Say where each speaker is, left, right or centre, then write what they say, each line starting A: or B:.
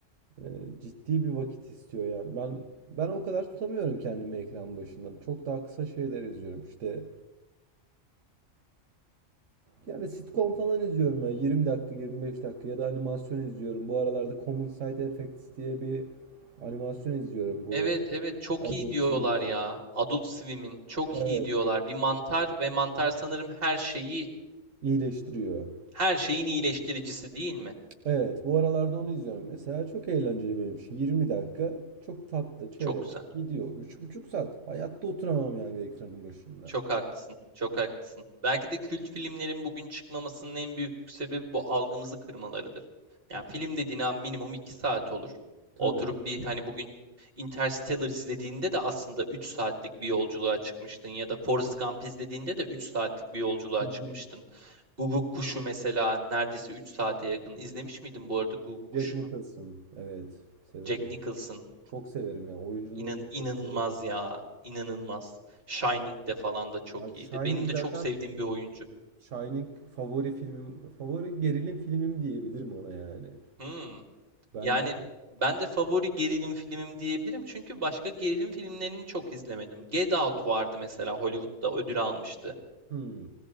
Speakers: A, on the right; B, on the right.
A: e, ciddi bir vakit istiyor yani. Ben ben o kadar tutamıyorum kendimi ekran başında. Çok daha kısa şeyler izliyorum işte. Yani sitcom falan izliyorum ben 20 dakika 25 dakika ya da animasyon izliyorum. Bu aralarda Common Side Effects diye bir animasyon izliyorum bu
B: Evet evet çok
A: Adult
B: iyi diyorlar
A: Swim'si.
B: ya. Adult Swim'in çok
A: Evet,
B: iyi diyorlar. Bir mantar ve mantar sanırım her şeyi
A: iyileştiriyor.
B: her şeyin iyileştiricisi değil mi?
A: Evet, bu aralarda onu izliyorum mesela. Çok eğlenceli benim için. 20 dakika çok tatlı, çerez
B: Çok güzel.
A: gidiyor. Üç buçuk saat hayatta oturamam yani bir ekranın başında.
B: Çok haklısın. Çok haklısın. Belki de kült filmlerin bugün çıkmamasının en büyük sebebi bu algımızı kırmalarıdır. Yani film dediğin an minimum 2 saat olur.
A: Tabii.
B: Oturup bir hani bugün Interstellar izlediğinde de aslında 3 saatlik bir yolculuğa çıkmıştın ya da Forrest Gump izlediğinde de 3 saatlik bir yolculuğa
A: Hı hı.
B: çıkmıştın. Guguk Kuşu mesela neredeyse 3 saate yakın. İzlemiş miydin bu arada Guguk Kuşu'nu?
A: Jack Nicholson. Evet, severim.
B: Jack Nicholson.
A: Çok severim ya. Oyunculuğunu
B: İnan,
A: da
B: inanılmaz
A: çok severim.
B: ya. İnanılmaz. Shining'de falan da çok
A: Abi
B: iyiydi.
A: Shining
B: Benim de
A: zaten
B: çok sevdiğim bir oyuncu.
A: Shining favori filmim, favori gerilim filmim diyebilirim ona yani.
B: Hmm.
A: Bence
B: Yani ben de favori gerilim filmim diyebilirim. Çünkü başka gerilim filmlerini çok izlemedim. Get Out vardı mesela Hollywood'da ödül almıştı.
A: hmm.